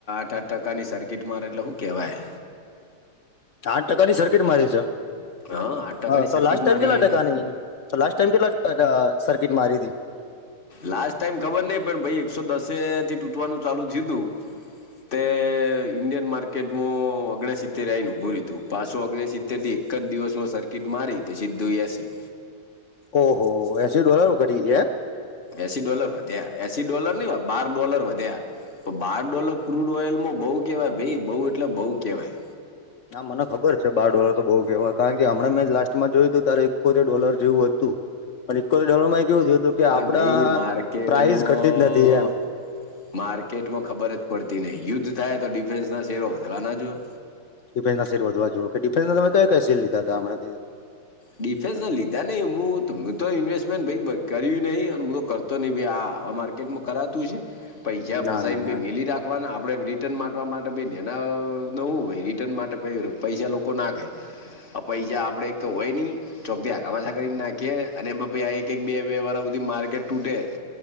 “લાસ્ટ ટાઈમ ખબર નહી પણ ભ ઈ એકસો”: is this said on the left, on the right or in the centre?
Left